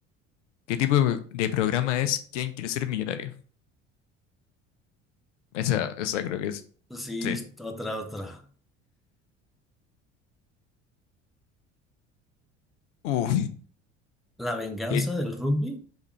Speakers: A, on the left; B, in the centre.
A: ¿Qué tipo de, de programa es ¿Quién quiere ser millonario? Esa, esa creo que es.
B: Sí,
A: Sí.
B: otra, otra.
A: Uh,
B: ¿La venganza
A: que
B: del rugby?